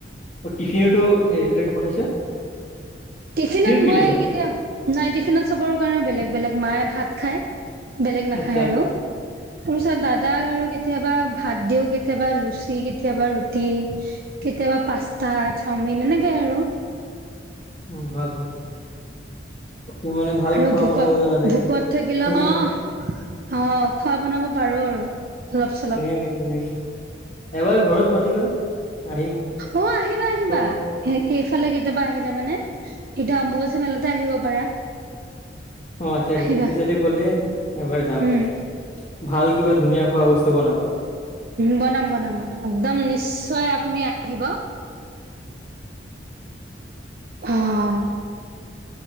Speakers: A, on the left; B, on the right.
A: অ', টিফিনতো এইবিলাকে পঠাইছা।
B: টিফিনত
A: কি
B: মই
A: দিছা
B: কেতিয়া নাই টিফিনত চবৰ কাৰণে বেলেগ বেলেগ মায়ে ভাত খায় বেলেগ নাখায়
A: আচ্ছা
B: আৰু। তোইছত দাদাক আৰু কেতিয়াবা ভাত দিও কেতিয়াবা লুচি কেতিয়াবা ৰুট টি কেতিয়াবা পাস্তা, চাওমিন এনেকে আৰু।
A: উম, ভাল ভাল তুমি মানে ভাল
B: আৰু
A: খোৱা
B: ভোকত
A: বনাব জানা চাগে
B: ভোকত থাকিলে
A: ধুনীয়া
B: অহ অ খোৱা বনাব পাৰো আৰু। অলপ চলপ
A: ধুনীয়াকে ধুনীয়াকে এবাৰ ঘৰত মাতিবা। আহিম
B: অ আহিবা আহিবা,
A: খুৱাব
B: হেক এইফালে কেতিয়াবা আহিলে মানে, এতিয়া অম্বুবাচী মেলাতে আহিব পাৰা।
A: অঁ আচ্ছা-আচ্ছা,
B: আহিবা
A: এইটো চাইডে গ'লে এবাৰ যাম,
B: উম
A: ভাল কিবা ধুনীয়া খোৱা বস্তু বনাবা।
B: বনাম বনাম- বনাম, একদম নিশ্চয় আপুনি আহিব অঁ।